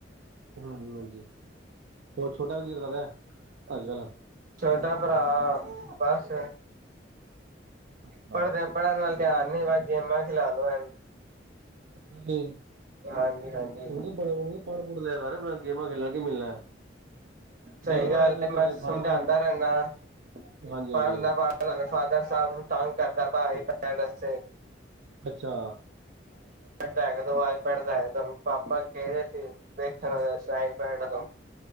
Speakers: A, on the right; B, on the right.
A: ਹੂੰ ਹਾਂਜੀ ਹੋਰ ਛੋਟਾ ਕੀ ਕਰਦਾ ਅੱਜ ਕੱਲ
B: ਛੋਟਾ ਭਰਾ ਬਸ
A: ਅੱਛਾ।
B: ਪੜ੍ਹਦੇ ਪੜ੍ਹਨ ਵੱਲ ਧਿਆਨ ਮੇਰਾ ਗੇਮਾਂ ਚ ਲਾ ਲੋ
A: <unintelligible>
B: ਹਾਂਜੀ ਹਾਂਜੀ
A: ਉਹਨੂੰ ਪੜ <unintelligible> ਗੇਮਾਂ ਖੇਲਣ ਕੀ ਮਿਲਣਾ
B: ਸਹੀ
A: ਜਦੋਂ
B: ਗੱਲ
A: ਆਇਆ ਤੇ
B: ਹੈ
A: ਤੁਹਾਡੇ
B: ਮੈਂ
A: ਫਾਦਰ
B: ਸਮਝਾਂਦਾ
A: ਸਾਹਿਬ
B: ਰਹਿੰਦਾ
A: ਹਾਂਜੀ-ਹਾਂਜੀ
B: ਪੜ ਲ ਪੜ ਫਾਦਰ ਸਾਹਿਬ ਨੂੰ ਤੰਗ ਕਰਦਾ ਭਾ ਪੈ ਦੱਸੇ
A: ਅੱਛਾ
B: ਲੈ ਕੇ ਦੋ ਆਈਪੈਡ ਲੈ ਦੋ ਪਾਪਾ ਕਹਿਦੇ ਸੀ ਵੇਖਣ ਆਈਪੈਡ ਤੋਂ